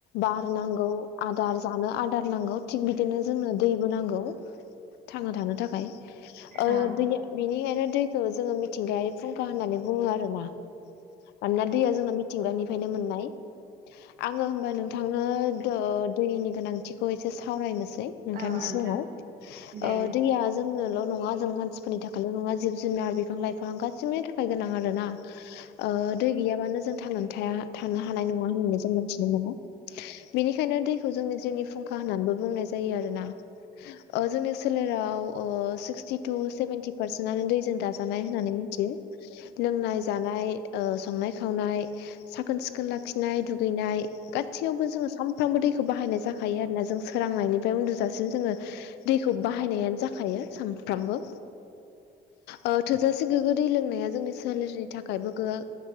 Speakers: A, on the left; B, on the right.
A: बार नांगौ आदार जानो आदार नांगौ थिग बिदिनो जोंनो दैबो नांगौ। थांना थानो थाखाय ओ <unintelligible>
B: औ
A: बिनिखायनो दैखौ जोङो मिथिंगायारि फुंखा होननानै बुङो आरो ना। मानोना दैया जोंना मिथिंगानिफ्रायनो मोननाय आङो होमबा नोंथांनो ओ दैनि गोनांथिखौ एसे सावरायनोसै। नोंथांनि
B: औ नोंथां
A: सिगाङाव
B: दे
A: ओ दैया जोंनोल' नङा जों मानसिफोरनि थाखायल' नङा जिब जुनार बिफां लाइफां गासैबोनि थाखाय गोनां आरो ना। ओ दै गैयाबानो जों थांनानै थाया थानो हानाय नङा होननानै जों मिथिनो <unintelligible> बेनिखायनो दैखौ जोंनि जिउनि फुंखा होननानैबो बुंनाय जायो आरोना। ओ जोंनि सोलेराव ओ <unintelligible> जितु सेभेन्टि पारसेन्टनो दैजों दाजानाय होननानै मिथियो लोंनाय जानाय ओ संनाय खावनाय साखोन सिखोन लाखिनाय दुगैनाय गासियावबो जोङो साम साफ्रोमबो दैखौ बाहायनाय जाखायो आरोना जों सोरांनायनिफ्राय उन्दुजासिम जोङो दैखौ बाहायनायानो जाखायो सानफ्रामबो। ओ थोजासे गोग्गो दै लोंनाया जोंनि सोलेरनि थाखायबो गो